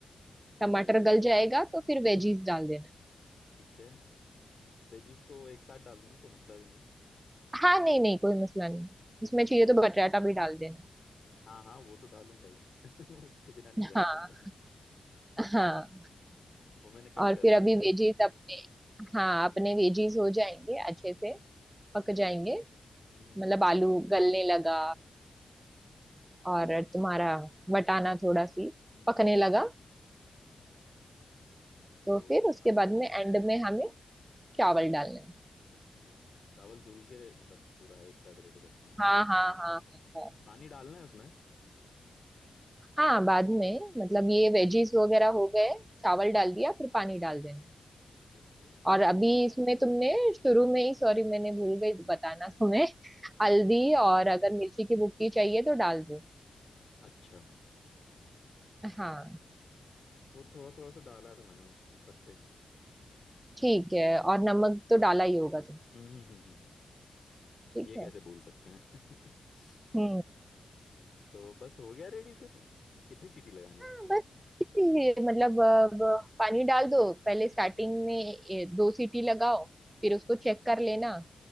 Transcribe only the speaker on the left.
ओके
ठीक है वेजीज तो एक साथ डाल दूं ना कोई मसला तो नहीं
ओके
हाँ हाँ वो तो डालूंगा ही <laughs> उसके बिना नहीं बनेगा
अपना
वो मैंने कट
कर
रखा
है
हम्म हम्म
हम्म
हम्म, हम्म,
हम्म।
तो उसके
बाद
अ,
ओके चावल धुल के रे- मतलब पूरा एक साथ रेडी रखूँ ना
पानी डालना है उसमें
ओके
हम्म
अच्छा हम्म
वो थोड़ा थोड़ा सा डाला था मैंने उस ऊपर से
हम्म हम्म हम्म
ये कैसे
भूल सकते हैं <laughs>
तो बस हो गया रेडी फिर कितनी सीटी लगानी
है
ओके